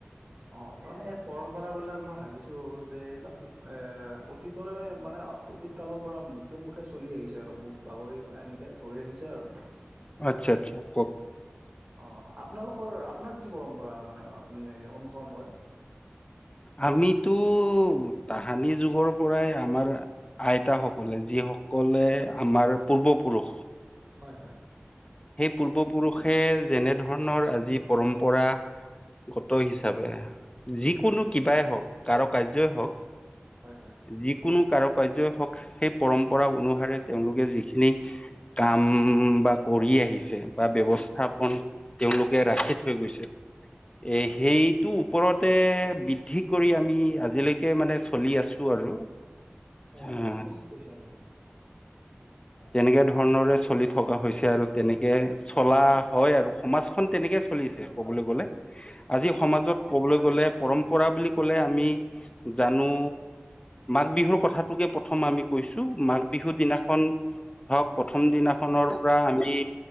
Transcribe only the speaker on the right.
অ তাৰ মানে এই পৰম্পৰা বিলাক মই ভাবিছো যে এইবিলাক এ অতীজৰে মা মানে অতীত কালৰ পৰা মুখে মুখে চলি আহিছে আৰু মুখ বাগৰি বা এনেকে ধৰি ৰাখিছে আৰু
অ আপোনালোকৰ আপোনাৰ কি পৰম্পৰা মানে আপোনাল অনুসৰণ কৰে <unintelligible>
হয় হয়
হয়
হয়
হয় হয়
হয়
হয়
অ
ঠিক কৈছে আপুনি অ'
<inaudible>